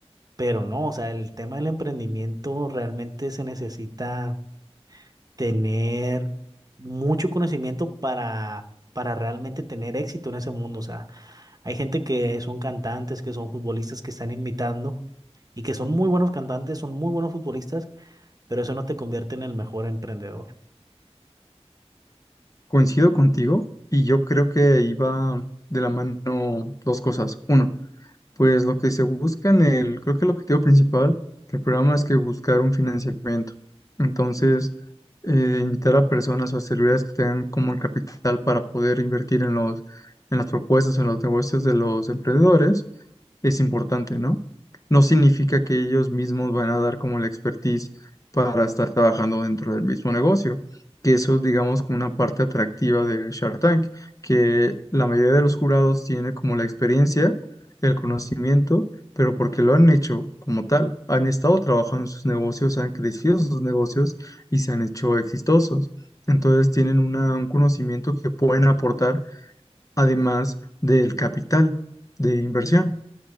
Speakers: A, on the right (about 35°); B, on the left (about 30°).
A: pero no, o sea, el tema del emprendimiento realmente se necesita tener mucho conocimiento para, para realmente tener éxito en ese mundo. O sea, hay gente que son cantantes, que son futbolistas, que están imitando y que son muy buenos cantantes, son muy buenos futbolistas, pero eso no te convierte en el mejor emprendedor.
B: Coincido contigo y yo creo que iba de la mano dos cosas. Uno, Pues lo que se busca en el, creo que el objetivo principal del programa es que buscar un financiamiento. Entonces, eh, invitar a personas o a celebridades que tengan como el capital para poder invertir en los, en las propuestas, o en los negocios de los emprendedores es importante, ¿no? No significa que ellos mismos van a dar como la expertise para estar trabajando dentro del mismo negocio, que eso es, digamos, como una parte atractiva de Shark Tank, que la mayoría de los jurados tiene como la experiencia, el conocimiento, pero porque lo han hecho como tal, han estado trabajando en sus negocios, han crecido sus negocios y se han hecho exitosos. Entonces tienen una- un conocimiento que pueden aportar además del capital de inversión.